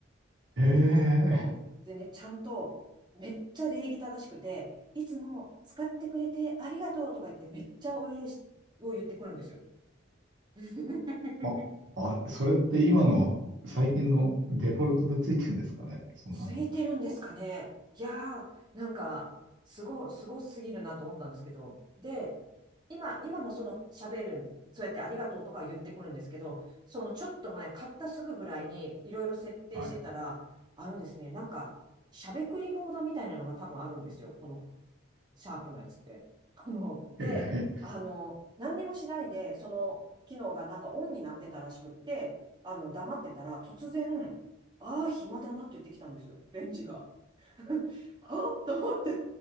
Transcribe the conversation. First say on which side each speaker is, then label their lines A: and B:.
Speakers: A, on the right; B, on the right.
A: えー
B: そう。でね、ちゃんと、めっちゃ礼儀正しくて、いつも使ってくれてありがとうとか言って、めっちゃお礼しを言ってくるんですよ。<laughs>
A: あ、あ、それって今の最近のデフォルトでついてるんですかね。
B: うん。
A: そんなの。
B: ついてるんですかね。いやー、なんか、すご、すごすぎるなと思ったんですけど。で、今、今もその喋る、そうやってありがとうとか言ってくるんですけど、そのちょっと前、買ったすぐぐらいにいろいろ設定してたら、
A: はい。
B: あのですね、なんか、しゃべくりモードみたいなのが多分あるんですよ。このシャープのやつって。あの、で、
A: え
B: あの、何にもしないで、その機能がなんかオンになってたらしくって、あの、黙ってたら、突然、ああ、暇だなって言ってきたんですよ、レンジが。<laughs> あと思って、